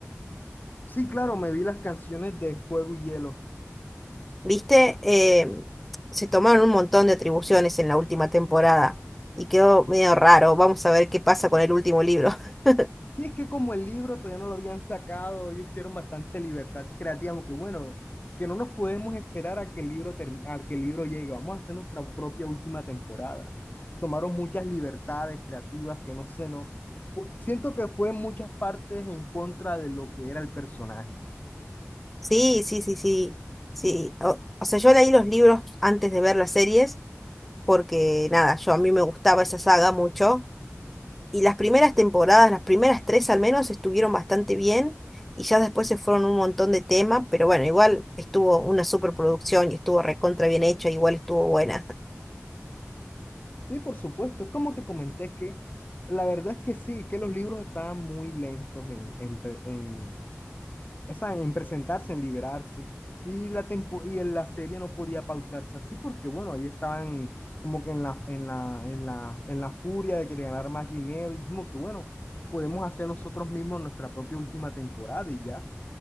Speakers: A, on the left (about 35°); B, in the centre.
A: Sí, claro, me vi las canciones de Fuego y Hielo.
B: viste, Eh, se tomaron un montón de atribuciones en la última temporada y quedó medio raro. Vamos a ver qué pasa con el último libro. <laughs>
A: Sí, es que como el libro todavía no lo habían sacado, ellos hicieron bastante libertad creativa, porque bueno, que no nos podemos esperar a que el libro, term- a que el libro llegue, vamos a hacer nuestra propia última temporada. Tomaron muchas libertades creativas que no sé, no. fu- Siento que fue en muchas partes en contra de lo que era el personaje.
B: Sí, sí, sí, sí, sí. O, o sea, yo leí los libros antes de ver las series porque, nada, yo a mí me gustaba esa saga mucho Y las primeras temporadas, las primeras tres al menos, estuvieron bastante bien y ya después se fueron un montón de temas, pero bueno, igual estuvo una superproducción y estuvo recontra bien hecha, igual estuvo buena.
A: Sí, por supuesto, es como te comenté, que la verdad es que sí, que los libros estaban muy lentos en, en, esa, en presentarse, en liberarse. Y la, tempo, y en la serie no podía pausarse así porque, bueno, ahí estaban como que en la, en la, en la, en la furia de querer ganar más dinero. Y como que, bueno, podemos hacer nosotros mismos nuestra propia última temporada y ya.